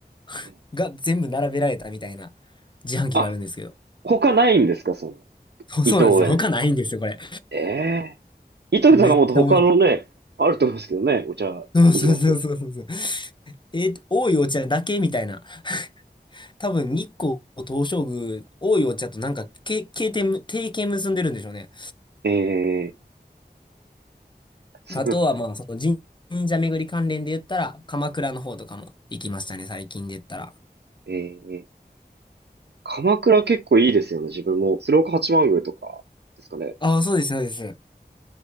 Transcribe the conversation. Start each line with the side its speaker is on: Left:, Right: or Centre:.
Left: <laughs>
Right: ええ
Left: が全部並べられたみたいな自販機があるんですけど。
Right: あ、他ないんですかその、
Left: そうそうなんですよ。
Right: 伊藤園。
Left: 他ないんですよ、これ。
Right: ええ伊藤園さんがもっと他のね、
Left: めっちゃ面白い。
Right: あると思うんですけどね。お茶、
Left: そうそうそうそうそう。
Right: 短いと。
Left: えっと、多いお茶だけみたいな。<laughs> 多分、日光東照宮、多いお茶となんか、け、経典、提携結んでるんでしょうね。
Right: ええそう、
Left: あとは、まあ、その神社巡り関連で言ったら、鎌倉の方とかも行きましたね、最近で言ったら。
Right: <laughs> えええ鎌倉結構いいですよね。自分も。鶴岡八幡宮とかですかね。
Left: ああ、そうです、そうです。